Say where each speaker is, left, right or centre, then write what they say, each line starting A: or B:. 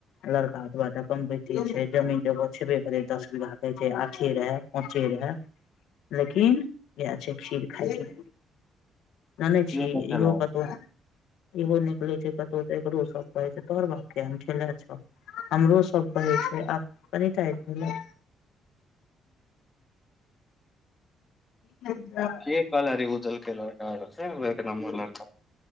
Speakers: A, on the left; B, on the left.
A: लड़का एतबा कमबैते छै जमीन जगह छेबे करै दस बीघा कहै छै आठे रएहे। पचे रहय लेकिन एह छै खीर खायके जानै
B: के
A: छी
B: देखै
A: इहो
B: लए
A: कतौ इहो निकले छै कतहु एकरो सभ कहे छै तोहर बाप के खेले छौ हमरो सभ कहै छै आब कनिटा आबि गेलै भेलै
B: एक कलरी उजल केल <unintelligible>